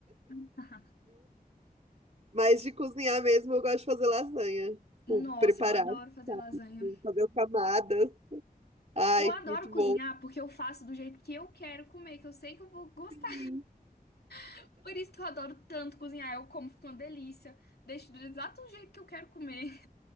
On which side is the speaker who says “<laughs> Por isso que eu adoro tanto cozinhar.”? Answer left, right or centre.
Left